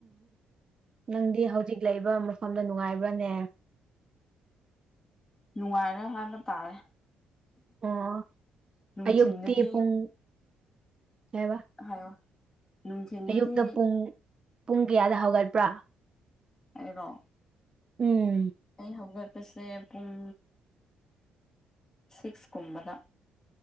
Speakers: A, on the right; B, on the left.
A: ꯅꯪꯗꯤ ꯍꯧꯖꯤꯛ ꯂꯩꯕ ꯃꯐꯝꯗ ꯅꯨꯡꯉꯥꯏꯕ꯭ꯔꯥꯅꯦ
B: ꯅꯨꯡꯉꯥꯏꯔꯦ ꯍꯥꯏꯅ ꯇꯥꯔꯦ
A: ꯑꯣ
B: ꯅꯨꯡꯊꯤꯟꯗꯗꯤ
A: ꯑꯌꯨꯛꯇꯛꯇ ꯄꯨꯡꯨꯡ ꯀꯕ
B: ꯍꯥꯏꯌꯣ ꯅꯨꯡꯊꯤꯟꯗꯗꯤ
A: ꯑꯌꯨꯛꯇ ꯄꯨꯡ ꯄꯨꯡ ꯀꯌꯥꯗ ꯍꯧꯒꯠꯄ꯭ꯔꯥ
B: ꯑꯩꯔꯣ
A: ꯎꯝ
B: ꯑꯩ ꯍꯧꯒꯠꯄꯁꯦ ꯄꯨꯡ ꯁꯤꯛꯁꯀꯨꯝꯕꯗ